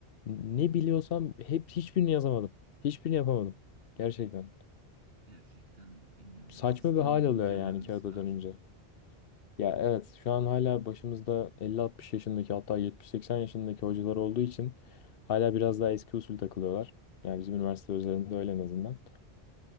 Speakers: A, on the left; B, on the right.
A: Ne biliyorsam hep hiçbirini yazamadım. Hiçbirini yapamadım. Gerçekten.
B: Gerçekten bilmiyorum
A: Saçma
B: ya. Sistemin
A: bir hal
B: güncellenmesi
A: alıyor yani kağıda
B: lazım.
A: dönünce. Ya evet şu an hala başımızda 50-60 yaşındaki hatta 70-80 yaşındaki hocalar olduğu için hala biraz daha eski usul takılıyorlar. Yani bizim üniversite özelinde öyle en azından.